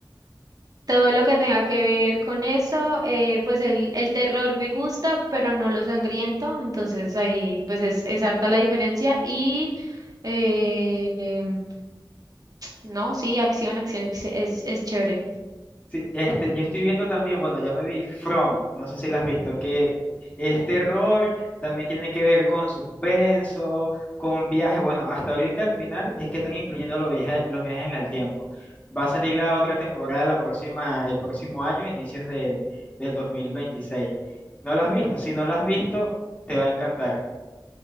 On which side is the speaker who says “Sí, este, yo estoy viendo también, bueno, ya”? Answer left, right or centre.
Left